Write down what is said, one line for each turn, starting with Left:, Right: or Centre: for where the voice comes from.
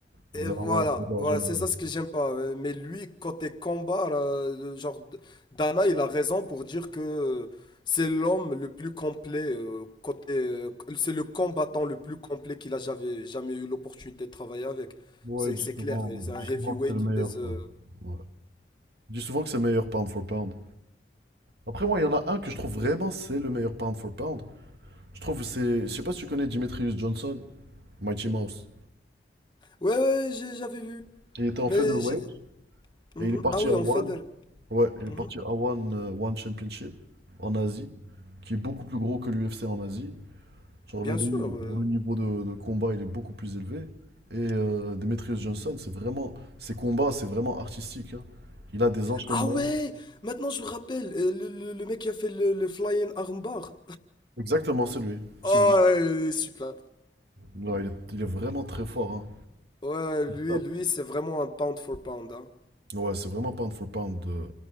Left: Et
Right: Donc, Dana
Left: voilà,
Right: White adore
Left: voilà,
Right: John
Left: c'est
Right: Jones.
Left: ça ce que j'aime pas. euh, Mais lui, côté combat, là, le genre, D- Dana, il a raison pour dire que c'est l'homme le plus complet, euh, côté, euh, c'est le combattant le plus complet qu'il a jamais, jamais eu l'opportunité de travailler avec.
Right: Ouais,
Left: C'est,
Right: il
Left: c'est
Right: dit souvent,
Left: clair, et c'est
Right: il
Left: un
Right: dit
Left: heavyweight,
Right: souvent que c'est le meilleur.
Left: il pèse. euh,
Right: quoi. Ouais. Il dit souvent que c'est le meilleur pound for pound. Après, moi, il y en a un que je trouve vraiment c'est le meilleur pound for pound. Je trouve que c'est. Je sais pas si tu connais Demetrius Johnson, Mighty Mouse.
Left: Ouais, ouais, j'ai- j'avais vu.
Right: Il était en
Left: Mais
Right: featherweight
Left: j'ai. Mhm.
Right: et il est parti
Left: Ah oui,
Right: à One.
Left: en Federer.
Right: Ouais, il est
Left: Mhm.
Right: parti à One, euh, One Championship en Asie, qui est beaucoup plus gros que l'UFC en Asie. Genre
Left: Bien
Right: le, le
Left: sûr. euh,
Right: niveau de, de combat, il est beaucoup plus élevé. Et euh, Demetrius Johnson, c'est vraiment, ses combats, c'est vraiment artistique. hein. Il a des enchaînements.
Left: Ah ouais! Maintenant, je me rappelle, euh, le, le- le mec qui a fait le, le flying armbar.
Right: Exactement, c'est lui.
Left: Ah,
Right: C'est lui.
Left: il est super.
Right: Ouais, il est, il est vraiment très fort.
Left: Ouais, lui,
Right: hein.
Left: lui, c'est vraiment un pound for pound, hein.
Right: Ouais, c'est vraiment pound for pound. euh,